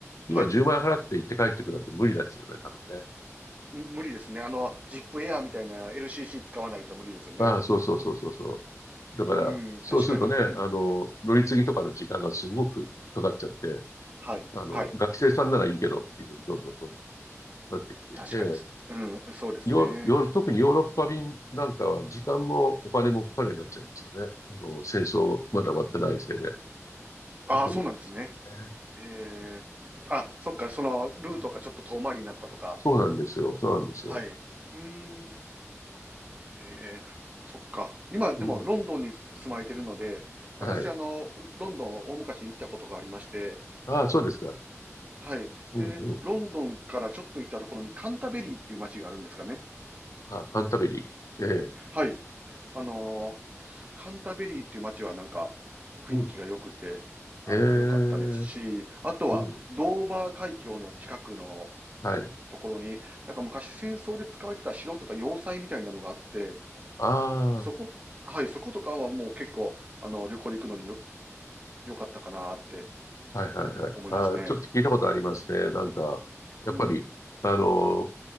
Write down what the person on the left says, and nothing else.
今10万円払って行って帰ってくるなんて無理ですよね、
多分ね。
ああ、そうそうそうそうそう。だから、
そうするとね、
あの、乗り継ぎとかの時間がすごくかかっちゃって、
あの、
学生さんならいいけどっていうふうにどんどんどんどんなってきていて、
ヨーロ、ヨーロ、特にヨーロッパ便なんかは時間もお金もかかるようになっちゃいましたね。あの、戦争まだ終わってないせいで。
だと思うんですよね。
うんそうなんですよ。そうなんですよ。
うん。
はい。
ああ、そうですか。
うんうん。
あ、カンタベリー。ええ。
うん。
ええ。う
ん。はい。
あ
あ、はいはいはい。
ああ、ちょっと聞いたことありますね。なんか、やっぱり、
あの、